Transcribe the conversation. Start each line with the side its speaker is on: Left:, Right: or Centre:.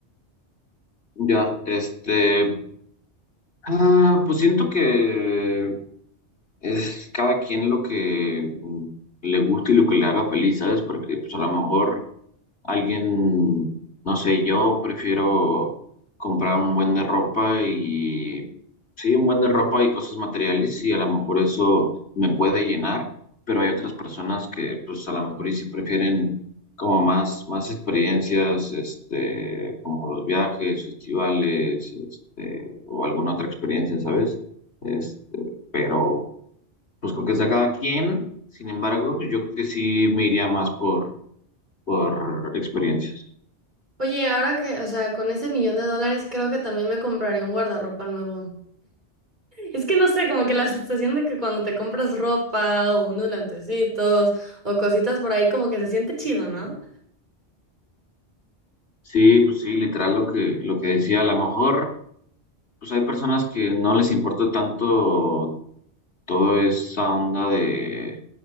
Left: Ya, este, ah, pues siento que Es cada quien lo que mm, le gusta y lo que le haga feliz, ¿sabes? Porque pues a lo mejor alguien, no sé, yo prefiero comprar un buen de ropa y, sí, un buen de ropa y cosas materiales y a lo mejor eso me puede llenar, pero hay otras personas que pues a lo mejor y sí prefieren como más, más experiencias, este, como los viajes, festivales, este, o alguna otra experiencia, ¿sabes? Este, pero pues creo que sea cada quien. Sin embargo, pues yo creo que sí me iría más por, por experiencias.
Right: Oye, ahora que, o sea, con ese millón de dólares creo que también me compraría un guardarropa nuevo. Es que no sé, como que la sensación de que cuando te compras ropa o unos lentecitos o cositas por ahí, como que se siente chido, ¿no?
Left: Sí, pues sí, literal lo que, lo que decía, a lo mejor, pues hay personas que no les importa tanto toda esa onda de,